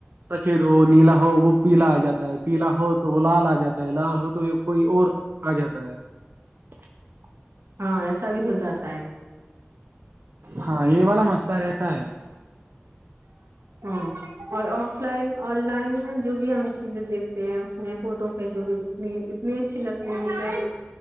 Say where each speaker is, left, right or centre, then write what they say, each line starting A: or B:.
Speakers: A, on the right (about 60°); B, on the right (about 85°).
A: سفید <unintelligible> تو وہ نیلا ہو وہ پیلا آ جاتا ہے پیلا ہو تو وہ لال آ جاتا ہے <unintelligible> لال ہو تو کوئی اور آ جاتا ہے <unintelligible>
B: ہاں ایسا بھی ہوتا نا <unintelligible>
A: ہاں یہ والا مسئلہ رہتا ہے <unintelligible>
B: ہاں اور آف لائن آن لائن میں جو بھی ہم چیزیں دیکھتے ہیں اس میں فوٹو جو بھی انی اتنی اچھی لگتی ہیں